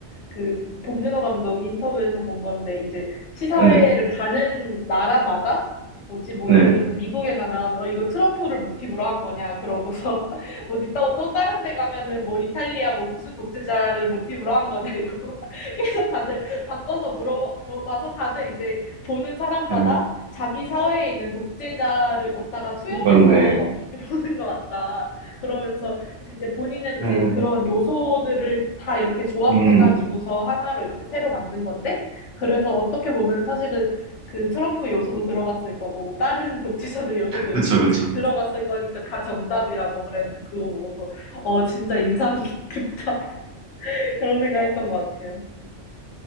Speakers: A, on the left; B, on the right.
A: 그 봉준호 감독 인터뷰에서 본 건데 이제 시사회를
B: 네,
A: 가는 나라마다 뭐지 뭐
B: 네,
A: 예를 들면 미국에 가면 어 이거 트럼프를 모티브로 한 거냐 그러고서 <laughs> 뭐지 또 또 다른 데 가면은 뭐 이탈리아 뭐 무슨 독재자를 모티브로 한 거냐 이러고 <laughs> 계속 다들 바꿔서 물어봐서 다들 이제 보는 사람마다
B: 네.
A: 자기 사회에 있는 독재자를 걷다가 투영해서
B: 맞네.
A: <laughs> 보는 것 같다 그러면서 근데 이제 본인은 이제
B: 음,
A: 그런 요소들을 다 이렇게 조합해가지고서
B: 음.
A: 하나로 이렇게 새로 만든 건데, 그래서 어떻게 보면 사실은 그 트럼프 요소도 들어갔을 거고, 뭐 다른 <laughs> 독재자들 요소도 이렇게
B: 그쵸, 그쵸.
A: 들어갔을 거니까 다 정답이라고 그랬는데, 그거 보고서, 어, 진짜 인상 깊다. <laughs> 그런 생각 했던 것 같아요.